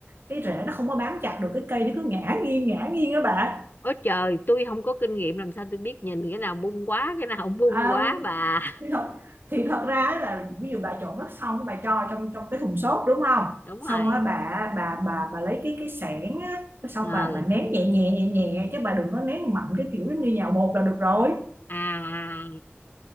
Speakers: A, on the right; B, on the left.
A: cái rễ nó không có bám chặt được cái cây nó cứ ngã nghiêng ngã nghiêng các bạn
B: Ôi trời tôi không có kinh nghiệm làm sao tôi biết nhìn cái nào bung quá cái nào <laughs> không bung
A: à,
B: quá bà
A: thì thật thì thật ra là ví dụ bà trộn đất xong bà cho trong trong cái thùng xốp đúng không
B: <laughs> đúng
A: xong
B: rồi
A: á bà bà bà bà lấy cái cái xẻng á xong
B: ờ
A: bà bà nén nhẹ nhẹ nhẹ nhẹ chứ bà đừng có nén mạnh cái kiểu giống như nhào bột là được rồi
B: à